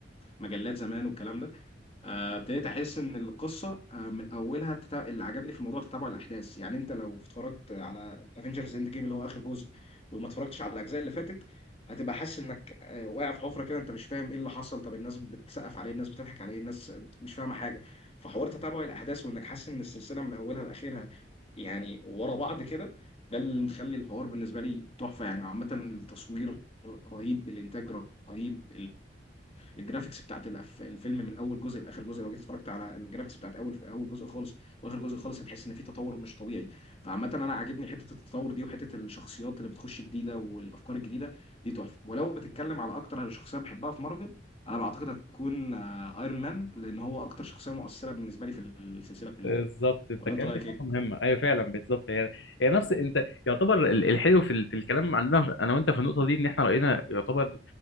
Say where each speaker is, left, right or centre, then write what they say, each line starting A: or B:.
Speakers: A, on the left (about 35°); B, on the left (about 80°).
A: كمجلات زمان والكلام ده آه، ابتديت احس ان القصه آه، من اولها تتا... اللي عجبني في الموضوع تتابع الاحداث يعني انت لو اتفرجت على افنجرز اند جيم اللي هو اخر جزء وما اتفرجتش على الاجزاء اللي فاتت هتبقى حاسس انك آه، واقع في حفره كده انت مش فاهم ايه اللي حصل طب الناس بتسقف عليه الناس بتضحك عليه الناس مش فاهمه حاجه فحوار تتابع الاحداث وانك حاسس ان السلسله من اولها لاخرها يعني ورا بعض كده ده اللي مخلي الحوار بالنسبه لي تحفه يعني عامه التصوير رهيب الانتاج رهيب الجرافيكس بتاعت الأف- الفيلم من اول جزء لاخر جزء لو جيت اتفرجت على الجرافيكس بتاعت اول اول جزء خالص واخر جزء خالص هتحس ان في تطور مش طبيعي فعامه انا عاجبني حته التطور دي وحته الشخصيات اللي بتخش جديده والافكار الجديده دي تحفه ولو بتتكلم على اكتر على شخصيه بحبها في مارفل انا بعتقد هتكون آه، ايرون مان لان هو اكتر شخصيه مؤثره بالنسبه لي في السلسله كلها
B: بالظبط انت
A: ولا
B: كلمت
A: انت رايك
B: في
A: ايه
B: نقطه مهمه ايوه فعلا بالظبط هي هي نفس انت يعتبر ال- الحلو في ال- في الكلام عندنا انا وانت في النقطه دي ان احنا راينا يعتبر